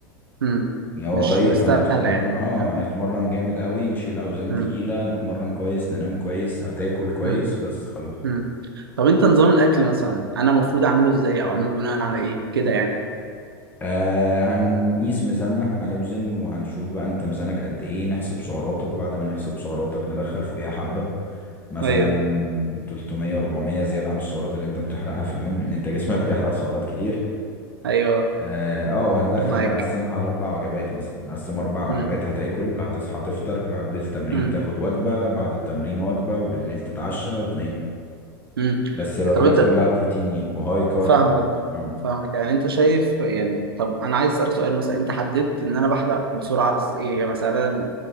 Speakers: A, on the right; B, on the left.
A: مم.
B: يعني هو
A: مش
B: دايت
A: مستاهله
B: هنتمرن
A: يعني
B: اه
A: يعني.
B: هنتمرن جامد قوي نشيل اوزان
A: مم.
B: تقيله نتمرن كويس ننام كويس هتاكل كويس
A: مم.
B: بس خلاص
A: مم. طب انت نظام الاكل مثلا انا المفروض اعمله ازاي او اعمله بناء على ايه كده يعني
B: آه هنقيس ميزاننا هنوزن وهنشوف بقى انت ميزانك قد ايه نحسب سعراتك بعد ما نحسب سعراتك ندخل فوقيها حبة مثلا
A: ايوه
B: 300 400 زيادة عن السعرات اللي انت بتحرقها في اليوم لان انت جسمك بيحرق سعرات كتير
A: ايوه
B: اه آه، وهندخل
A: معاك
B: بقى نقسمها على اربع وجبات مثلا نقسم اربع
A: مم.
B: وجبات هتاكل هتصحى تفطر قبل التمرين
A: مم.
B: تاخد وجبة بعد التمرين وجبة وبالليل تتعشى وتنام
A: مم.
B: بس الوجبات
A: طب انت
B: كلها بروتين يعني وهاي كارب
A: فاهمك
B: اوي مم.
A: فاهمك يعني انت شايف يعني طب انا عايز اسالك سؤال مثلا انت حددت ان انا بحرق بسرعه على اساس ايه يعني مثلا